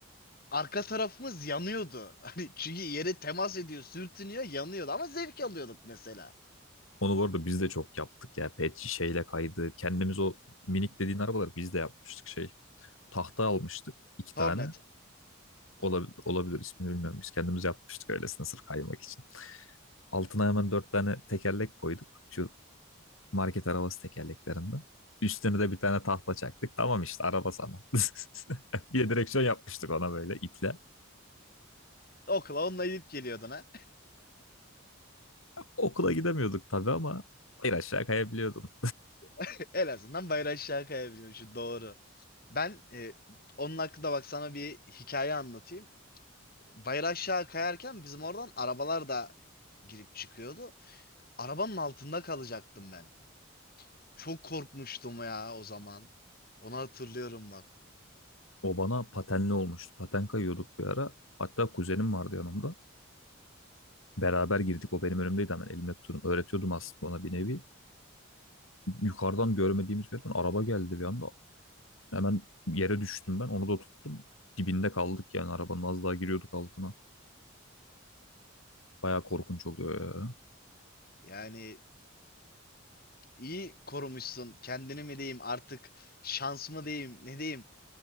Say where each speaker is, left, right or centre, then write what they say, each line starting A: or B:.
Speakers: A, on the left; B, on the left.
A: arka tarafımız yanıyordu. <laughs> Hani çünkü yere temas ediyor, sürtünüyor, yanıyordu ama zevk alıyorduk mesela.
B: onu bu arada biz de çok yaptık ya. Pet şişeyle kaydı. Kendimiz o minik dediğin arabaları biz de yapmıştık şey. Tahta almıştık iki tane.
A: Hornet.
B: Olabilir, olabilir ismini bilmiyorum. Biz kendimiz yapmıştık öylesine sırf kaymak için. Altına hemen dört tane tekerlek koyduk. Şu market arabası tekerleklerinden. Üstüne de bir tane tahta çaktık. Tamam işte araba sana. <laughs> Bir de direksiyon yapmıştık ona böyle iple.
A: Okula onunla gidip geliyordun ha.
B: Okula gidemiyorduk tabii ama bir aşağı kayabiliyordun.
A: <laughs> En azından bayrağı aşağı kayabiliyor şu doğru. Ben e, onun hakkında bak sana bir hikaye anlatayım. Bayrağı aşağı kayarken bizim oradan arabalar da girip çıkıyordu. Arabanın altında kalacaktım ben. Çok korkmuştum ya o zaman. Onu hatırlıyorum bak.
B: O bana patenli olmuştu. Paten kayıyorduk bir ara. Hatta kuzenim vardı yanımda. Beraber girdik. O benim önümdeydi hemen elimle tutuyordum. Öğretiyordum aslında ona bir nevi. Yukarıdan görmediğimiz bir yerden araba geldi bir anda. Hemen yere düştüm ben. Onu da tuttum. Dibinde kaldık yani arabanın az daha giriyorduk altına. Baya korkunç oluyor ya.
A: Yani İyi korumuşsun. Kendini mi diyeyim artık şans mı diyeyim ne diyeyim.